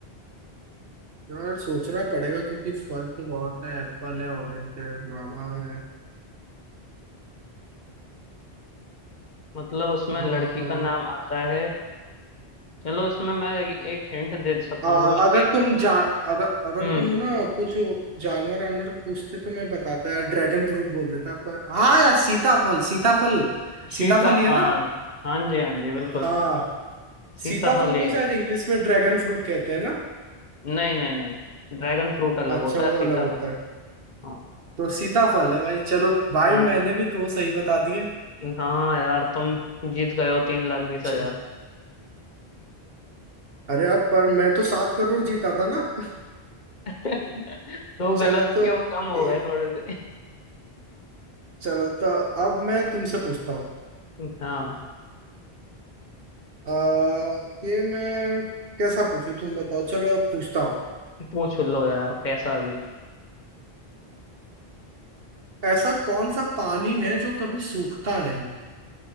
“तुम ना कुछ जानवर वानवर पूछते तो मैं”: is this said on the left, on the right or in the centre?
Right